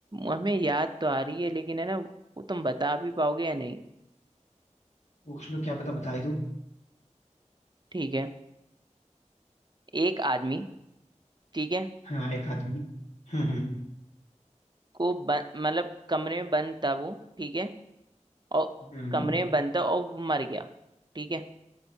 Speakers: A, on the right; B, on the left.
A: हमें याद तो आ रही है लेकिन है ना वो तुम बता भी पाओगे या नहीं
B: पूछ लो क्या पता बता ही दूं
A: ठीक है एक आदमी ठीक है
B: हाँ एक आदमी हम्म हम्म
A: को बं- मतलब कमरे में बंद था वो ठीक है और
B: हम्म,
A: कमरे
B: हम्म।
A: में बंद था और वो मर गया ठीक है